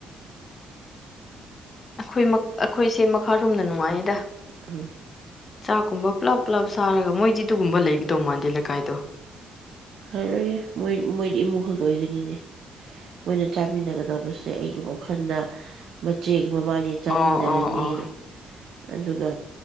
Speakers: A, on the left; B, on the right.
A: ꯑꯩꯈꯣꯏ ꯑꯩꯈꯣꯏꯁꯦ ꯃꯈꯥꯔꯣꯝꯅ ꯅꯨꯡꯉꯥꯏꯌꯦꯗ
B: ꯑꯝ
A: ꯆꯥꯛꯀꯨꯝꯕ ꯄꯨꯜꯂꯞ ꯄꯨꯜꯂꯞ ꯁꯥꯔꯒ ꯃꯣꯏ ꯖꯤꯗꯨꯒꯨꯝꯕ ꯂꯩꯒꯗꯧ ꯃꯥꯟꯗꯦ ꯂꯩꯀꯥꯏꯗꯣ
B: ꯂꯔꯣꯏꯍꯦꯣꯏ ꯃꯣꯏꯗꯤ ꯏꯃꯨꯡ ꯈꯛꯇ ꯑꯣꯏꯒꯅꯤꯅꯦ ꯃꯣꯏꯅ ꯆꯥꯃꯤꯟꯅꯒꯗꯧꯕꯁꯦ ꯑꯩꯒꯤ ꯋꯥꯈꯜꯗ ꯃꯆꯦ ꯃꯃꯥꯅꯤ ꯆꯥꯃꯤꯟꯅꯔꯅꯤ
A: ꯑꯣ ꯑꯣ ꯑꯣ
B: ꯑꯗꯨꯒ